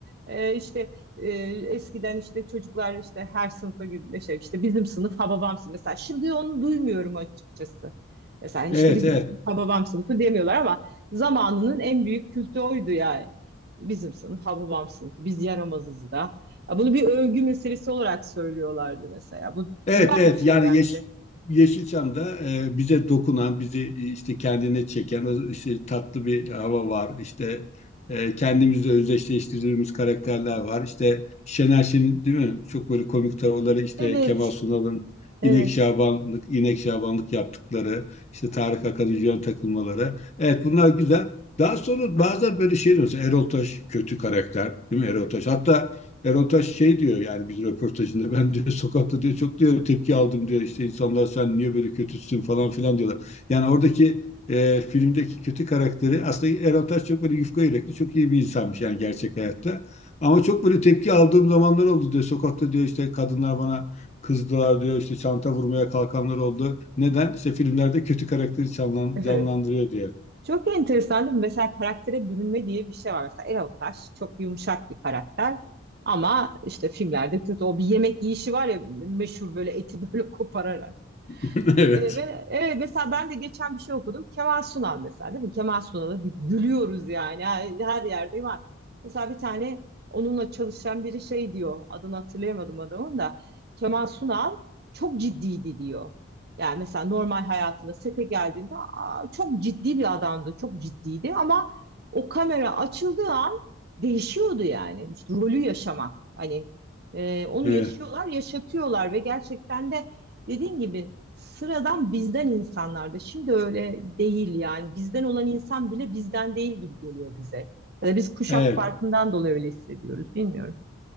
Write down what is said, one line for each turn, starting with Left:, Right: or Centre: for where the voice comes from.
Right: E, işte e, eskiden işte çocuklar işte her sınıfa gibi şey işte bizim sınıf ha babam sınıfı. Mesela şimdi onu duymuyorum açıkçası. Mesela işte
Left: Evet
Right: bizim
Left: evet.
Right: sınıf ha babam sınıfı demiyorlar ama zamanının en büyük kültü oydu yani bizim sınıf, ha babam sınıfı, biz yaramazız da. Ya bunu bir övgü meselesi olarak söylüyorlardı mesela. Bu
Left: Evet
Right: güzel
Left: evet
Right: bir şey
Left: yani
Right: bence.
Left: Yeş Yeşilçam'da e, bize dokunan, bizi e, işte kendine çeken o işte tatlı bir hava var. İşte e, kendimizle özdeşleştirdiğimiz karakterler var. İşte Şener Şen'in değil mi? Çok böyle komik tavırları işte
Right: Evet,
Left: Kemal Sunal'ın
Right: evet,
Left: İnek Şabanlık, İnek Şabanlık yaptıkları, işte Tarık Akan'ın yön takılmaları. Evet bunlar güzel. Daha sonra bazen böyle şey diyorsun. Erol Taş kötü karakter, değil mi Erol Taş? Hatta Erol Taş şey diyor yani bir röportajında ben diyor sokakta diyor çok diyor tepki aldım diyor işte insanlar sen niye böyle kötüsün falan filan diyorlar. Yani oradaki e, filmdeki kötü karakteri aslında Erol Taş çok böyle yufka yürekli çok iyi bir insanmış yani gerçek hayatta. Ama çok böyle tepki aldığım zamanlar oldu diyor sokakta diyor işte kadınlar bana kızdılar diyor işte çanta vurmaya kalkanlar oldu. Neden? İşte filmlerde kötü karakteri canlan-
Right: evet.
Left: canlandırıyor diyor.
Right: Çok enteresan değil mi? Mesela karaktere bürünme diye bir şey var. Mesela Erol Taş çok yumuşak bir karakter. Ama işte filmlerde kötü. O bir yemek yiyişi var ya meşhur böyle eti böyle <laughs> kopararak.
Left: <laughs> Evet.
Right: E, ve evet, mesela ben de geçen bir şey okudum. Kemal Sunal mesela değil mi? Kemal Sunal'ı bir gülüyoruz yani her, her yerde var. Mesela bir tane onunla çalışan biri şey diyor. Adını hatırlayamadım adamın da. Kemal Sunal çok ciddiydi diyor. Yani mesela normal hayatında sete geldiğinde "Aa, çok ciddi bir adamdı, çok ciddiydi ama o kamera açıldığı an değişiyordu yani. İşte rolü yaşamak. Hani e, onu
Left: Evet.
Right: yaşıyorlar, yaşatıyorlar ve gerçekten de dediğin gibi Sıradan bizden insanlardı. Şimdi öyle değil yani. Bizden olan insan bile bizden değil gibi geliyor bize. Ya da biz kuşak
Left: Evet.
Right: farkından dolayı öyle hissediyoruz. Bilmiyorum.